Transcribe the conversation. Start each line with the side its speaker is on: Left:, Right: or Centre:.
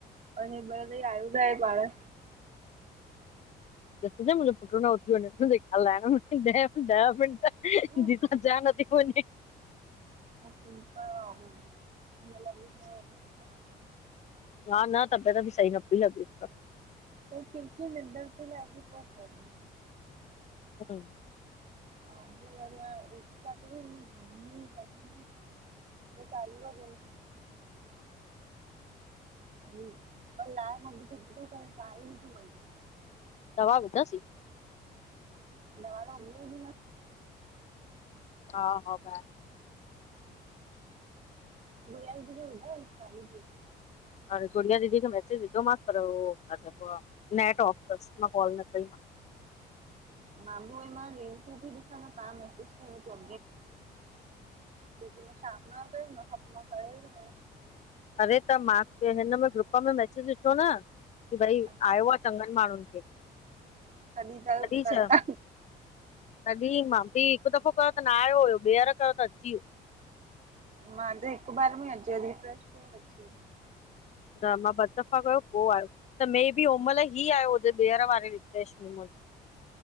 Right: अञा हिन मेल ताईं आयो न आहे पाण
Left: ॾिस जए मुहिंजो पुट न उथी वञे। ॻाल्हाण में ही ॾह मिनट
Right: ॿार
Left: जीत ज नथी वञे।
Right: <unintelligible>
Left: हा न तबियत बि सही न पई लॻे पर
Right: त किरकिर निंढ ते ला बि बहुत वारी
Left: ह्म्म,
Right: ह एी गाल बि इ गमी ह <unintelligible> चालू र <unintelligible> ल आहे म बिी कु त करे त ई न तूंी <unintelligible>
Left: दवा हूंदसि?
Right: दवा त उली जी न <unintelligible>
Left: हा हा भा
Right: गुड़िया दीदी खे ॿुधायो अॼु चालू थी।
Left: हाणे गुड़िया दीदी खे मेसेज विधो मास पर हो छा चइबो आ नेट ऑफ तस, मां कॉल न कई मास।
Right: म बिू मांाल <unintelligible> बि ॾिस मू <unintelligible> लेकिन मां शाम न कयो हुन खां पोइ मां कयो ई न हुओ।
Left: अरे त मां हिन में ग्रुप में मैसेज ॾिठो न की भई
Right: अच्छा
Left: आयो आहे चङनि माण्हुनि खे।
Right: तॾी त
Left: तॾहिं
Right: कनि
Left: छा
Right: ता।
Left: तॾहिं मां भी हिकु दफ़ो कयो त न आयो हुयो ॿीहर कयो त अची वियो।
Right: मां त हिकु बार में अची वियो, रिफ्रेश कयो अची वियो।
Left: न मां ॿ दफ़ा कयो पोइ आयो। त मे बि हो महिल ही आहियो हुजे ॿीहर वारे रिफ्रेश में